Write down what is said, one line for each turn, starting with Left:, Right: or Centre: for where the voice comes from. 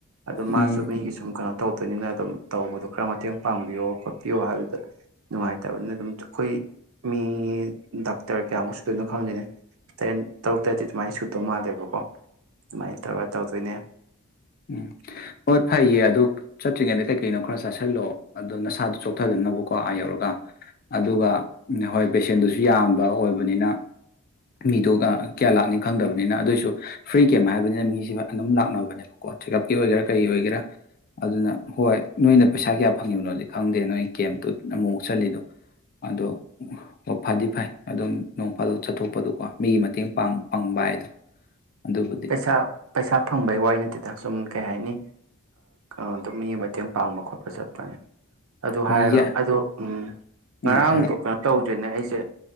Right: ꯑꯗꯣ ꯃꯥꯁꯨ
Left: ꯎꯝ
Right: ꯃꯤꯒꯤ ꯁꯨꯝ ꯀꯩꯅꯣ ꯇꯧꯗꯣꯏꯅꯤꯅ ꯑꯗꯨꯝ ꯇꯧꯕꯗꯣ ꯈꯔ ꯃꯇꯦꯡ ꯄꯥꯡꯕꯤꯌꯣ ꯈꯣꯠꯄꯤꯌꯣ ꯍꯥꯏꯕꯗꯨꯗ ꯅꯨꯡꯉꯥꯏꯇꯕꯅꯤꯅ ꯑꯗꯨꯝ ꯑꯩꯈꯣꯏ ꯃꯤ ꯗꯥꯛꯇꯔ ꯀꯌꯥꯃꯨꯛ ꯁꯨꯗꯣꯏꯅꯣ ꯈꯪꯗꯣꯏꯅꯦ ꯇꯔꯦꯠ ꯇꯔꯨꯛ ꯇꯔꯦꯠꯇꯤ ꯑꯗꯨꯃꯥꯏꯅ ꯁꯨꯗꯧ ꯃꯥꯜꯂꯦꯕꯀꯣ ꯑꯗꯨꯃꯥꯏꯅ ꯇꯧꯔꯒ ꯇꯧꯗꯣꯏꯅꯦ
Left: ꯎꯝ ꯍꯣꯏ ꯐꯩꯌꯦ ꯑꯗꯨ ꯆꯠꯇ꯭ꯔꯤꯉꯩꯗ ꯀꯩꯀꯩꯅꯣ ꯈꯔ ꯆꯥꯁꯤꯜꯂꯣ ꯑꯗꯣ ꯅꯁꯥꯗꯣ ꯆꯣꯛꯊꯗꯅꯕꯀꯣ ꯑꯥ ꯌꯧꯔꯒ ꯑꯗꯨꯒ ꯍꯣꯏ ꯄꯦꯁꯦꯟꯗꯨꯁꯨ ꯌꯥꯝꯕ ꯑꯣꯏꯕꯅꯤꯅ ꯃꯤꯗꯣ ꯀꯌꯥ ꯂꯥꯛꯅꯤ ꯈꯪꯗꯕꯅꯤꯅ ꯑꯗꯨꯑꯣꯏꯁꯨ ꯐ꯭ꯔꯤ ꯀꯦꯝ ꯍꯥꯏꯕꯅꯤꯅ ꯃꯤꯁꯤꯦ ꯑꯗꯨꯝ ꯂꯥꯛꯅꯕꯅꯦꯕ ꯀꯣ ꯆꯦꯛꯑꯞꯀꯤ ꯑꯣꯏꯒꯦꯔꯥ ꯀꯩ ꯑꯣꯏꯒꯦꯔꯥ ꯑꯗꯨꯅ ꯍꯣꯏ ꯅꯣꯏꯅ ꯄꯩꯁꯥ ꯀꯌꯥ ꯐꯪꯉꯤꯕꯅꯣꯗꯤ ꯈꯪꯗꯦ ꯅꯣꯏ ꯀꯦꯞꯇꯨ ꯑꯃꯨꯛꯃꯨꯛ ꯆꯂꯤꯗꯣ ꯑꯗꯣ ꯐꯗꯤ ꯐꯩ ꯑꯗꯨꯝ ꯅꯣꯡ ꯐꯥꯗꯣꯛ ꯆꯠꯊꯣꯛꯄꯗꯣꯀꯣ ꯃꯤꯒꯤ ꯃꯇꯦꯡ ꯄꯥꯡ ꯄꯥꯡꯕ ꯍꯥꯏꯗꯣ ꯑꯗꯨꯕꯨꯗꯤ
Right: ꯄꯩꯁꯥ ꯄꯩꯁꯥ ꯐꯪꯕꯩ ꯋꯥꯏꯅꯠ ꯑꯗꯨꯗ ꯁꯨꯝ ꯀꯩ ꯍꯥꯏꯅꯤ ꯑꯗꯨꯝ ꯃꯤ ꯃꯇꯦꯡ ꯄꯥꯡꯕ ꯈꯣꯠꯄ ꯆꯠꯄꯅꯦ ꯑꯗꯨ
Left: ꯍꯣꯏ
Right: ꯍꯥꯏꯔꯒ
Left: ꯌꯥꯏ
Right: ꯑꯗꯣ ꯎ ꯉꯔꯥꯡꯗꯣ
Left: ꯎꯝ ꯍꯥꯏꯔꯛꯑꯣ
Right: ꯀꯩꯅꯣ ꯇꯧ ꯑꯗꯨꯅꯦ ꯑꯩꯁꯦ